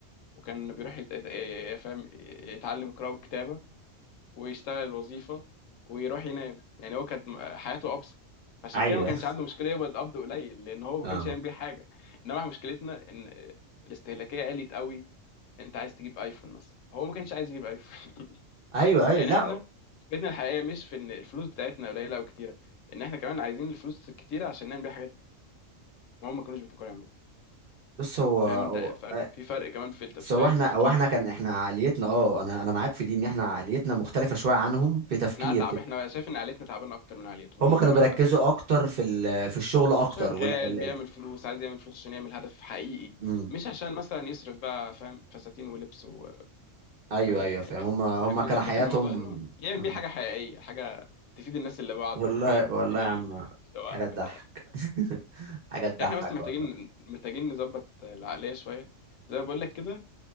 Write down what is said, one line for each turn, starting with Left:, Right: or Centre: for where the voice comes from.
Left: وكان بيروح يت- يت- فاهم يتعلم قراءة وكتابة ويشتغل الوظيفة ويروح ينام يعني هو كانت م- حياته أبسط فعشان
Right: ايوه
Left: كده ما كانش عنده مشكلة يقبض قبض قليل لأن هو ما
Right: فاهمك
Left: كانش يعمل بيه حاجة إنما إحنا مشكلتنا إن الاستهلاكية قلت قوي أنت عايز تجيب أيفون مثلا هو ما كانش عايز يجيب أيفون <laughs>
Right: ايوه ايوه
Left: يعني
Right: لا
Left: إحنا مشكلتنا الحقيقية مش في إن الفلوس بتاعتنا قليلة أو كتيرة إن إحنا كمان عايزين الفلوس الكتيرة عشان نعمل بيها حاجات ما هم ما كانوش بيفكروا يعملوها
Right: بص هو هو
Left: فاهم أنت فرق
Right: آه،
Left: في فرق كمان في الت-
Right: سواء
Left: في طريقة
Right: احنا
Left: التفكير
Right: او احنا كان احنا عقليتنا اه انا انا معاك في دي ان احنا عقليتنا مختلفه شويه عنهم في تفكير
Left: إحنا أتعب
Right: في
Left: إحنا بقى شايف إن عائلتنا تعبانة أكتر من عائلتهم
Right: هم
Left: هم
Right: كانوا
Left: كانوا
Right: بيركزوا
Left: أذكى
Right: اكتر في ال- في الشغل اكتر
Left: شغال
Right: وال ال...
Left: بيعمل
Right: ال...
Left: فلوس عايز يعمل فلوس عشان يعمل هدف حقيقي
Right: مم.
Left: مش عشان مثلا يصرف بقى فاهم فساتين ولبس و-
Right: ايوه
Left: وفاهم
Right: ايوه فاهم
Left: يعني كان
Right: هم هم
Left: كان بيظبط
Right: كان حياتهم
Left: الموضوع انه يعمل
Right: مم.
Left: بيه حاجه حقيقيه حاجه تفيد الناس اللي بعده
Right: والله
Left: بيت
Right: والله
Left: لل-
Right: يا عم
Left: سواء
Right: حاجه تضحك
Left: بتاع
Right: <laughs> حاجه تضحك
Left: يعني احنا بس محتاجين
Right: والله
Left: محتاجين نظبط العقليه شويه زي ما بقول لك كده